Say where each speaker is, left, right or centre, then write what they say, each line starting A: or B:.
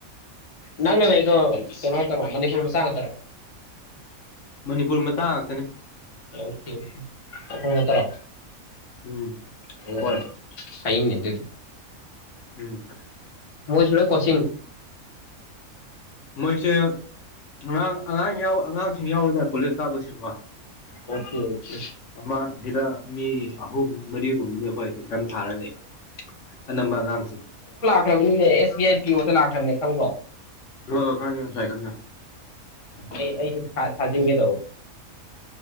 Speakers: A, on the left; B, on the left.
A: ꯅꯪꯅꯦ ꯂꯩ ꯏꯣ ꯀꯩꯅꯣ ꯍꯥꯏ ꯇꯔꯣ ꯃꯅꯤꯄꯨꯔꯔꯤ ꯃꯁꯥꯡ ꯍꯥꯏꯇꯥꯔꯦ
B: ꯃꯅꯤꯄꯨꯔ ꯃꯇꯥꯡ ꯉꯥꯛꯀꯅꯤ
A: ꯑꯣ ꯑꯣ ꯀ ꯇꯔꯥ
B: ꯎꯝ
A: ꯎꯝ
B: ꯍꯣꯏ
A: ꯐꯩꯅ ꯑꯗꯨꯗꯤ
B: ꯎꯝ
A: ꯃꯣꯏꯁꯤꯂꯣꯏ ꯀꯣꯆꯤꯡ
B: ꯃꯣꯏꯁꯦ ꯑ ꯑꯉꯥꯡ ꯌꯥꯎ ꯑꯉꯥꯡꯁꯤꯡ ꯌꯥꯎꯋꯗ ꯄꯨꯂꯤꯁꯇꯥ ꯂꯣꯏꯁꯁꯤꯀꯣ
A: ꯑꯣꯀꯦ ꯑꯣꯀꯦ
B: ꯑꯃ ꯍꯗ ꯃꯤ ꯑꯍꯨꯝ ꯃꯔꯤꯔꯨꯝꯕꯗꯤ ꯑꯩꯈꯣꯏꯝ ꯊꯥꯔ ꯂꯩꯕ ꯑꯅꯝꯕ ꯑꯉꯥꯡꯁꯤꯡ
A: ꯂꯈ꯭ꯔꯕꯅꯤꯅꯦ ꯑꯦꯁ ꯕꯤ ꯑꯁ ꯄꯤ ꯑꯣꯗ ꯂꯥꯛꯈ꯭ꯔꯕꯅꯦ ꯈꯪ꯭ꯔꯣ
B: ꯍ ꯀꯅꯤ ꯑꯁꯥꯏ ꯀ
A: ꯍ ꯑꯩꯁꯨ ꯊꯥꯖꯤꯟꯒꯦ ꯇꯧꯕ